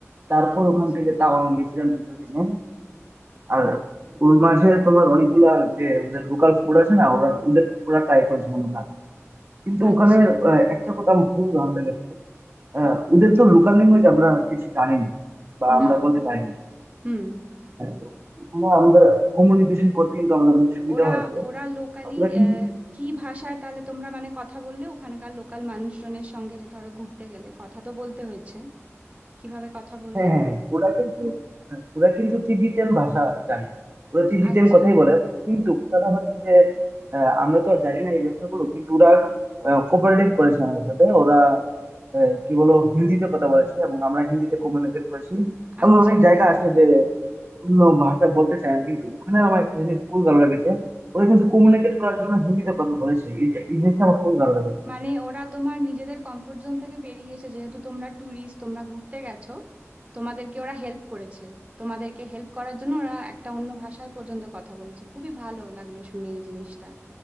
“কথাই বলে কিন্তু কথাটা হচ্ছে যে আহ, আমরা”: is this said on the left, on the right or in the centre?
Right